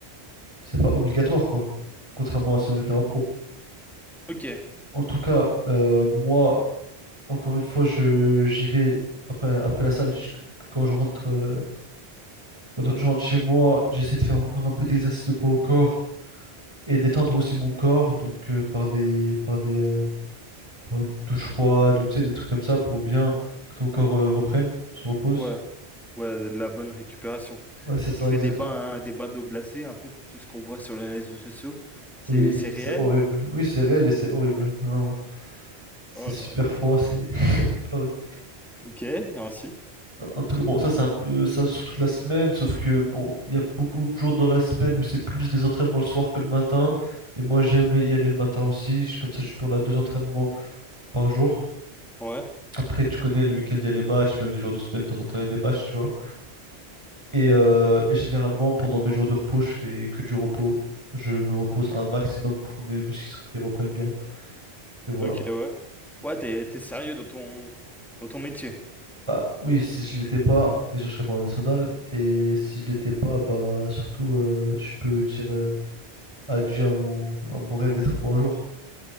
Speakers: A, on the right (about 25°); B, in the centre.
A: c'est pas obligatoire, quoi. Contrairement à si on était en pro.
B: ok.
A: En tout cas, euh, moi, Encore une fois, je j'y vais après, après la salle. je- quand je rentre, euh, quand je rentre chez moi, j'essaie de faire encore un peu d'exercice de poids au corps et d'étendre aussi mon corps, donc euh, par des par des euh, par une douche froide ou tu sais, des trucs comme ça pour bien que ton corps euh, reprenne, se repose.
B: Ouais, ouais, de la bonne récupération.
A: Ouais, c'est ça
B: Tu fais
A: exactement.
B: des bains, hein, des bains d'eau glacée, un peu tout ce qu'on voit sur les réseaux sociaux. C'est,
A: Oui,
B: c'est réel?
A: c'est horrible. Oui, c'est réel et c'est horrible. Vraiment. C'est
B: Oh
A: super
B: là là.
A: froid, c'est <laughs> horrible.
B: Ok, ah, aussi.
A: En en tout cas, bon, ça c'est un peu ça sur toute la semaine, sauf que bon, il y a beaucoup de jours dans la semaine où c'est plus des entraînements le soir que le matin. Et moi j'aime y aller le matin aussi, je- comme ça je tourne à deux entraînements par jour.
B: Ouais.
A: Après, tu connais, le week-end, il y a les matchs, même les jours de semaine, de temps en temps, il y a des matchs, tu vois. Et, euh, et généralement, pendant mes jours de repos, je fais que du repos. Je me repose un maximum pour que mes muscles se- ils reprennent bien. Et voilà.
B: Ok, ouais. Ouais, t'es, t'es sérieux dans ton, dans ton métier.
A: Bah, oui, si je l'étais pas, déjà je serais pas en national. Et si je l'étais pas, bah surtout, euh, je peux dire. euh, adieu à mon, à mon rêve d'être pro un jour.